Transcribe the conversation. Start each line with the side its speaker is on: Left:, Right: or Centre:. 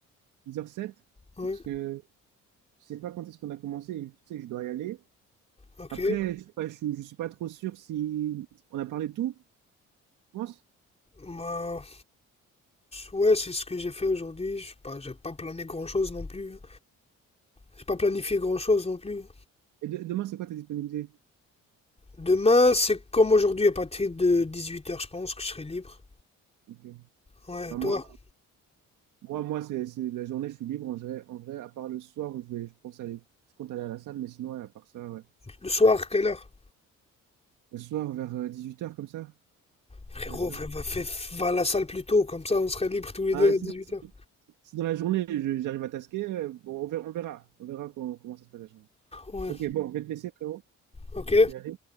Right: 10h07,
Left: Ouais,
Right: parce que je sais pas quand est-ce qu'on a commencé, et, tu sais, je dois y aller.
Left: ok.
Right: Après, je sais pas, je, suis je suis pas trop sûr si on a parlé de tout, je pense.
Left: Bah, Ouais, c'est ce que j'ai fait aujourd'hui. Je sais pas, j'ai pas plané grand chose non plus. J'ai pas planifié grand chose non plus.
Right: Et de- demain, c'est quoi ta disponibilité?
Left: Demain, c'est comme aujourd'hui, à partir de 18h, je pense que je serai libre.
Right: Ok.
Left: Ouais,
Right: Bah,
Left: et toi,
Right: moi, moi, moi c'est c'est la journée, je suis libre en vrai, en vrai, à part le soir où je vais, je pense aller, je compte aller à la salle, mais sinon, ouais, à part ça, ouais.
Left: le soir, quelle heure?
Right: Le soir, vers 18h, comme ça,
Left: Frérot,
Right: à la salle.
Left: fais- va, fais- va à la salle plus tôt, comme ça on sera libre tous les
Right: Ah,
Left: deux à
Right: si,
Left: 18h.
Right: dans si- si dans la journée, je- j'arrive à tasquer, euh, bon, on verra, on verra, on verra comment, comment ça se passe la journée.
Left: Ouais,
Right: Ok, bon, je vais te laisser, frérot.
Left: ok.
Right: y aller.